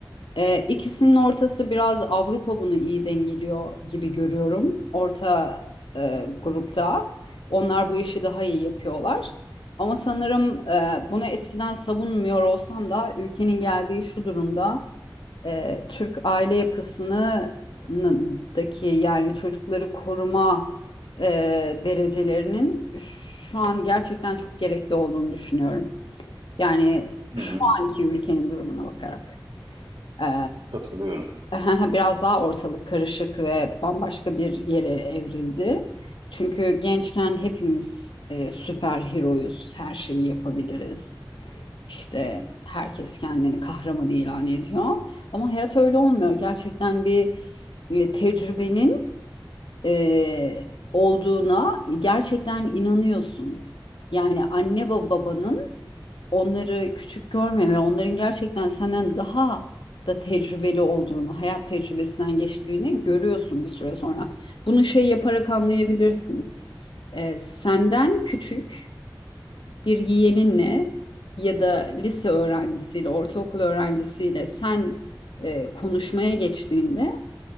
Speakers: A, on the left (about 80°); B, on the right (about 75°).
A: Ee, ikisinin ortası biraz Avrupa bunu iyi dengeliyor gibi görüyorum. Orta e, grupta onlar bu işi daha iyi yapıyorlar. Ama sanırım e, bunu eskiden savunmuyor olsam da ülkenin geldiği şu durumda e, Türk aile yapısındaki yani çocukları koruma e, derecelerinin şu an gerçekten çok gerekli olduğunu düşünüyorum. Yani
B: Hı
A: şu
B: hı,
A: anki ülkenin durumuna bakarak. E,
B: katılıyorum.
A: <laughs> biraz daha ortalık karışık ve bambaşka bir yere evrildi. Çünkü gençken hepimiz e, süper heroyuz, her şeyi yapabiliriz. İşte
B: <laughs>
A: herkes kendini kahraman ilan ediyor. Ama hayat öyle olmuyor. Gerçekten bir e, tecrübenin e, olduğuna gerçekten inanıyorsun. Yani anne ve babanın onları küçük görmeme, onların gerçekten senden daha da tecrübeli olduğunu, hayat tecrübesinden geçtiğini görüyorsun bir süre sonra. Bunu şey yaparak anlayabilirsin. E, senden küçük bir yeğeninle ya da lise öğrencisiyle, ortaokul öğrencisiyle sen e, konuşmaya geçtiğinde